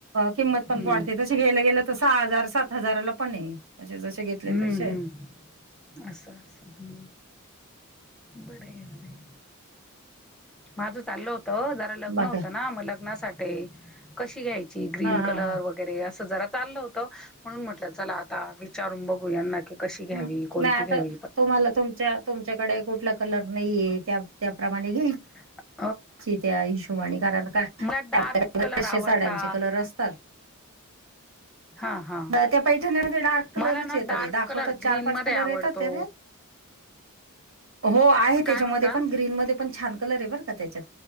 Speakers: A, on the right (about 65°); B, in the centre.
A: किंमत पण
B: हम्म
A: वाढते. जसे गेलं गेलं तर सहा हजार, सात हजाराला पण आहे घेतले
B: हम्म,
A: तसे आहेत
B: हम्म, असं, असं हम्म. बरं आहे! बरं आहे. माझं चाललं होत, जरा लग्न
A: बाकी
B: होतं ना, म लग्नासाठी.... कशी घ्यायची ग्रीन
A: हा हा
B: कलर
A: हा हा.
B: वगैरे, असं जरा चाललं होतं, म्हणून म्हटलं चला आता विचारून बघू यां नक्की कशी घ्यावी,
A: हम्म.
B: कोणती
A: नाही आता
B: घ्यावी, प
A: तुम्हाला, तुमच्या, तुमच्याकडे कुठला कलर नाहीेये, त्या त्याप्रमाणे घ्याय
B: <unintelligible>
A: ची, त्या हिशोबानी कारण का,
B: मला डार्क
A: आपल्याकडं
B: कलर
A: कशे
B: आवडता
A: साड्यांचे कलर असतात.
B: हा हा
A: त्या पैठणीमध्ये डार्क कलरच
B: मला ना
A: येतात,
B: डार्क
A: दाखवतात
B: कलर ग्रीन
A: चार- पाच
B: मध्ये
A: कलर
B: आवडतो
A: येतात, ते हो आहे, त्याच्यामध्ये
B: काय म्हणता
A: पण ग्रीन मध्ये पण छान कलर आहे बर त्याच्यात.